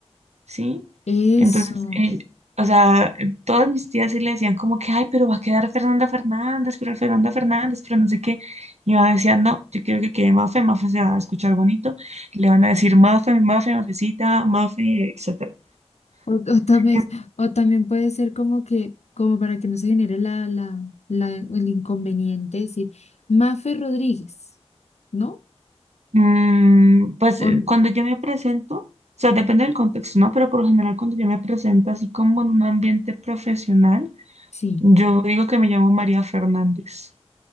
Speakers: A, on the right (about 75°); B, on the left (about 75°).
A: ¿sí?
B: Eso.
A: Entonces, eh, o sea, todas mis tías sí le decían como que, ay, pero va a quedar Fernanda Fernández, pero Fernanda Fernández, pero no sé qué. Y yo decía, no, yo quiero que quede Mafe, Mafe se va a escuchar bonito, le van a decir Mafe, Mafe, Mafecita, Mafe, etcétera.
B: O, o también,
A: Eh,
B: o también puede ser como que, como para que no se genere la, la, la, el inconveniente, decir Mafe Rodríguez, ¿no?
A: Mm, pues
B: O,
A: eh,
B: n-
A: cuando yo me presento, o sea, depende del contexto, ¿no? Pero por lo general cuando yo me presento así como en un ambiente profesional,
B: sí,
A: yo digo que me llamo María Fernández.